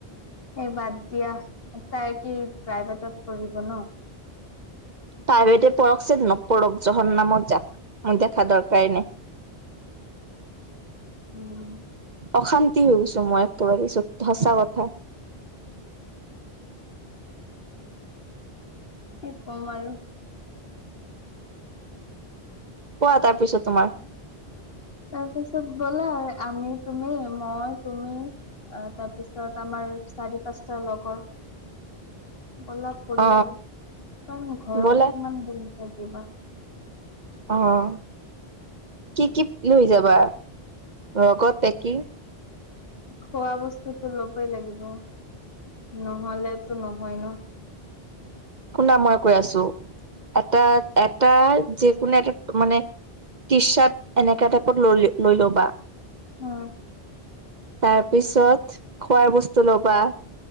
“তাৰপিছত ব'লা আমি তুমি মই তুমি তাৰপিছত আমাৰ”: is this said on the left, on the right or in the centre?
Left